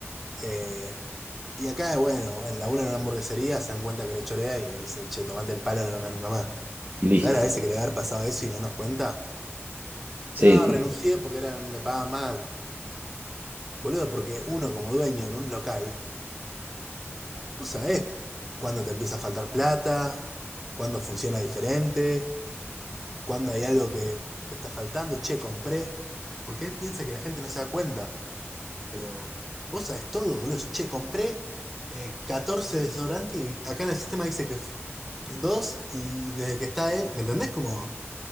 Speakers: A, in the centre; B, on the right (about 35°).
A: Eh, y acá, bueno, en la una en una hamburguesería se dan cuenta que le chorea y dicen, che, tomate el palo, no venga nunca más.
B: Y listo.
A: ¿Sabes las veces que le va a haber pasado eso y no nos cuenta?
B: Sí.
A: No, renuncié porque eran, me pagaban mal. Boludo, porque uno como dueño en un local, vos sabés cuándo te empieza a faltar plata, cuándo funciona diferente. cuando hay algo que, que está faltando, che, compré, porque él piensa que la gente no se da cuenta, pero vos sabés todo, boludo, che, compré eh, 14 desodorantes y acá en el sistema dice que f- dos y desde que está él, ¿me entendés? Como,